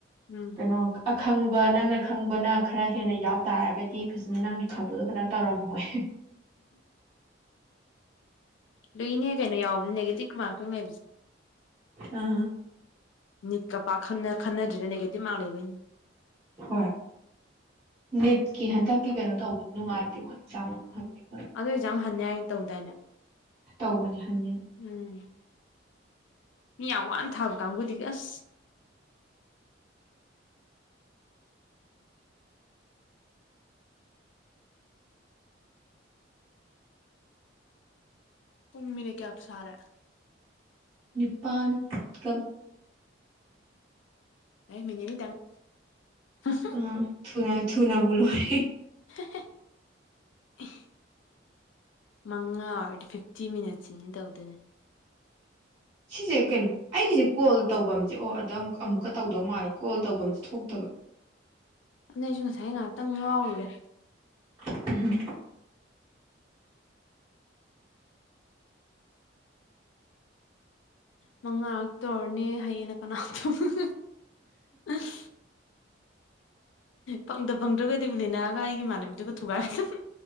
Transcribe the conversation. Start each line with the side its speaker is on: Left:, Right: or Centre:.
Left: ꯎꯝ
Right: ꯀꯩꯅꯣ ꯑꯈꯪꯕ ꯅꯪꯅ ꯈꯪꯕꯅ ꯈꯔ ꯍꯦꯟꯅ ꯌꯥꯎ ꯇꯥꯔꯒꯗꯤ ꯐꯖꯅ ꯅꯪꯒꯤ ꯈꯪꯕꯗꯣ ꯈꯗꯪ ꯇꯧꯔꯝꯃꯣꯏ
Left: ꯂꯨꯏꯅꯦ ꯀꯩꯅꯣ ꯌꯥꯎꯕꯅꯤ ꯅꯦꯒꯦꯇꯤꯞ ꯃꯥꯔꯀꯤꯡ ꯂꯩꯕꯖꯤ
Right: ꯑꯥ
Left: ꯅꯤꯠꯀ ꯄꯥꯛ ꯈꯪꯅ ꯈꯟꯅꯗ꯭ꯔꯤꯅ ꯅꯦꯒꯦꯇꯤꯞ ꯃꯥꯛ ꯂꯩꯕꯩꯅꯤ
Right: ꯍꯣꯏ ꯅꯤꯠꯀꯤ ꯍꯟꯇꯛꯀꯤ ꯀꯩꯅꯣ ꯇꯧꯕ ꯅꯨꯡꯉꯥꯏꯇꯦ ꯃꯣꯏꯒꯤ <unintelligible>
Left: ꯑꯗꯨꯑꯣ ꯑꯦꯛꯖꯥꯝ ꯍꯟꯅꯤ ꯍꯥꯏꯒꯨꯝ ꯇꯧꯗꯥꯏꯅꯦ
Right: ꯇꯧꯕꯅꯦ ꯍꯟꯅꯦꯅ
Left: ꯎꯝ ꯃꯤ ꯌꯥꯝ ꯋꯥꯅ ꯊꯥꯕ ꯀꯥꯡꯒꯨꯗꯤ ꯑꯁ ꯄꯨꯡ ꯃꯤꯅꯤꯠ ꯀꯌꯥꯝ ꯁꯥꯔꯦ
Right: ꯅꯤꯄꯥꯟ ꯀꯝ
Left: ꯑꯦ ꯃꯤꯅꯤꯠ ꯑꯅꯤꯇꯪ <unintelligible>
Right: ꯎꯝ ꯊꯨꯅ ꯊꯨꯅꯕꯨ ꯂꯣꯏ꯫
Left: <unintelligible> ꯃꯉꯥ ꯑꯣꯏꯔꯗꯤ ꯐꯤꯞꯇꯤ ꯃꯤꯅꯠꯁꯅꯦ ꯇꯧꯗꯣꯏꯅꯦ꯫
Right: ꯁꯤꯖꯦ ꯀꯩꯅꯣ ꯑꯩꯒꯤꯖꯦ ꯀꯣꯜ ꯇꯧꯐꯝꯖꯦ ꯑꯣ ꯑꯗ ꯑꯃꯨꯛꯀ ꯇꯧꯗꯧ ꯃꯥꯜꯂꯦ ꯀꯣꯜ ꯇꯧꯕꯝꯖꯦ ꯊꯣꯛꯇꯕ꯫
Left: ꯅꯣꯏꯖꯨ ꯉꯁꯥꯏ ꯉꯥꯛꯇꯪ ꯉꯥꯎꯔꯨꯔꯦ꯫
Right: <unintelligible>
Left: ꯃꯉꯥꯔꯛ ꯇꯧꯔꯅꯤ ꯍꯌꯦꯡꯅ ꯀꯅꯥ <unintelligible> ꯐꯪꯗ ꯐꯪꯗ꯭ꯔꯒꯗꯤ ꯅꯤꯅꯥꯒ ꯑꯩꯒꯤ ꯏꯃꯥꯟꯅꯕꯤꯗꯨꯒ ꯊꯨꯒꯥꯏꯔꯗ